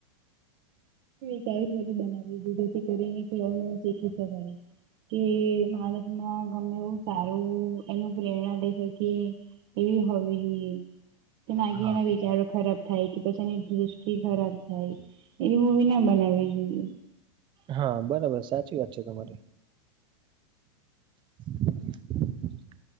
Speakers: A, on the right; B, on the right.
A: કે આયુર્વેદિક બનાવી દૂધથી કરીને કે <inaudible> શીખી સવા કે માણસમાં ગમે એવું સારું એનું પ્રેરણા લે શકે. એવી હોવી જોઇએ. કે નાગી
B: હા
A: એના વિચારો ખરાબ થાય કે પછી એની દૃષ્ટિ ખરાબ થાય એવી મૂવી ન બનાવી જોઈએ.
B: હહ બરાબર સાચી વાત છે તમારી. <inaudible>